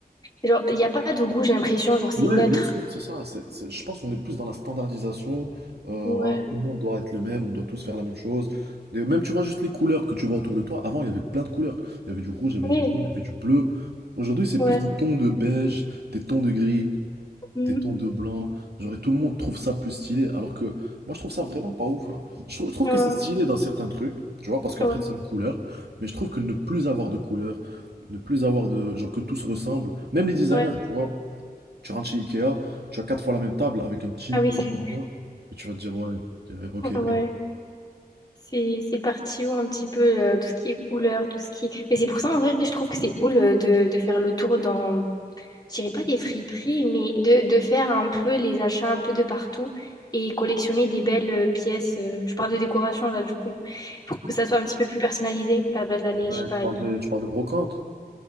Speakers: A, on the left; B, on the right.
A: Genre, il n'y a pas de goût, j'ai l'impression. Genre, c'est
B: Ouais,
A: neutre.
B: bien sûr, c'est ça. c'est- c'est- je pense qu'on est plus dans la standardisation. euh,
A: Ouais.
B: voilà, tout le monde doit être le même, on doit tous faire la même chose. Et même, tu vois, juste les couleurs que tu vois autour de toi. Avant, il y avait plein de couleurs. Il y avait du rouge, il y avait du
A: Oui,
B: jaune, il y avait du bleu. Aujourd'hui, c'est
A: ouais.
B: plus des tons de beige, des tons de gris,
A: Mm.
B: des tons de blanc. Genre, et tout le monde trouve ça plus stylé. Alors que moi, je trouve ça vraiment pas ouf. hein. Je, trou- je trouve
A: Ouais,
B: que
A: ouais,
B: c'est stylé dans certains trucs, tu vois, parce qu'après,
A: ouais.
B: c'est une couleur. Mais je trouve que ne plus avoir de couleurs, ne plus avoir de. Genre, que tout se ressemble. Même les designers,
A: Ouais.
B: tu vois. Tu rentres chez Ikea, tu as quatre fois la même table avec un petit
A: Ah
B: peu
A: oui, c'est
B: de changement, et tu vas te dire, ouais, ok. ok.
A: vrai.
B: Et-
A: Ouais. C'est c'est parti où un petit peu euh, tout ce qui est couleur, tout ce qui est... Mais c'est pour ça en vrai, je trouve que c'est cool euh, de, de faire le tour dans, je dirais pas des friperies, mais de, de faire un peu les achats un peu de partout et collectionner des belles euh, pièces. euh, je parle de décoration là du coup, pour que ça soit un petit peu plus personnalisé qu'à la place d'aller,
B: Ouais,
A: je sais pas.
B: tu
A: avec-
B: parles de, tu parles de brocante?